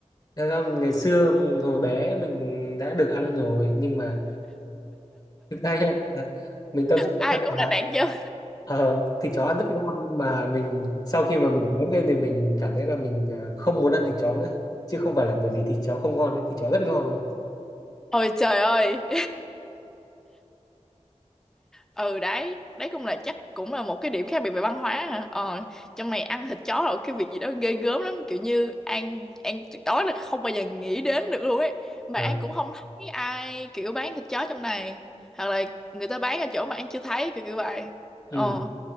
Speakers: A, on the left; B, in the centre.
A: Thật ra ngày xưa hồi bé mình đã được ăn rồi nhưng mà đây em, à, mình tâm sự
B: ai
A: thật
B: cũng
A: là
B: là nạn nhân
A: ờ, thịt chó ăn rất ngon nhưng mà mình sau khi mà mình lớn lên thì mình cảm thấy là mình à, không muốn ăn thịt chó nữa chứ không phải là bởi vì thịt chó không ngon ấy thịt chó rất ngon luôn
B: <laughs> ôi trời ơi ừ đấy đấy cũng là chắc cũng là một cái điểm khác biệt về văn hóa hả ờ trong này ăn thịt chó là cái việc gì đó ghê gớm lắm kiểu như An An tuyệt đối là không bao giờ nghĩ đến được luôn ấy mà
A: Ờ,
B: An cũng không thấy ai kiểu bán thịt chó trong này hoặc là người ta bán ở chỗ mà An chưa thấy kiểu kiểu vậy
A: ừ,
B: ờ